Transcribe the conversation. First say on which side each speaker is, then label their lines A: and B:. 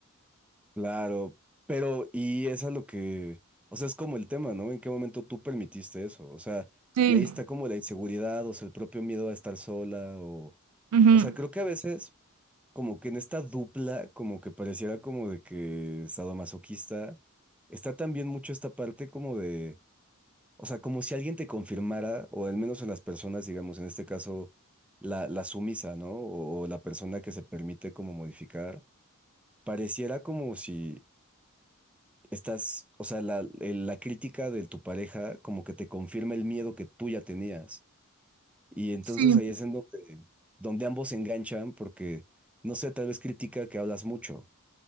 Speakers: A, in the centre; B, on the right (about 80°).
A: claro, pero y es a lo que, o sea, es como el tema, ¿no? ¿En qué momento tú permitiste eso? O sea,
B: Sí,
A: y ahí está como la inseguridad, o sea, el propio miedo a estar sola, o,
B: Ujú.
A: o sea, creo que a veces, como que en esta dupla, como que pareciera como de que sadomasoquista, está también mucho esta parte como de O sea, como si alguien te confirmara, o al menos en las personas, digamos, en este caso, la, la sumisa, ¿no? O, o la persona que se permite como modificar, pareciera como si estás, o sea, la, el- la crítica de tu pareja como que te confirma el miedo que tú ya tenías. Y entonces
B: sí,
A: ahí es en donde, donde ambos se enganchan porque, no sé, tal vez critica que hablas mucho,